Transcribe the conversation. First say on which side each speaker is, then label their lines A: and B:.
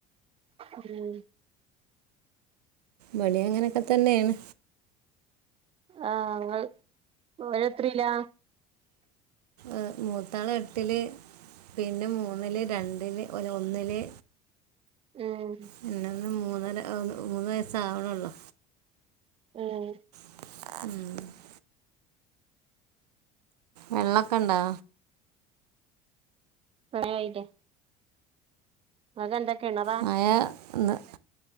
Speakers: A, on the right (about 30°); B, on the right (about 85°).
A: ഉം
B: വ്ടീം അങ്ങനെക്കെ തന്നെണ്.
A: ആഹ് ങ്ങൾ ഓലെ എത്രെലാ.
B: ഏഹ് മൂത്താള് എട്ട്ല് പിന്നെ മൂന്ന്ല്, രണ്ട്ല്, ഒരാന്നില്.
A: ഉം
B: പിന്നെന്ന് മൂന്നര മൂന്ന് വയസ്സാവ്ണ്ള്ളൂ.
A: ഉം
B: <inaudible> വെള്ളൊക്കെണ്ടോ.
A: മഴആയയിലൊ ഇങ്ങക്ക്ന്താ കിണറോ?
B: മാഴ ഇന്ന്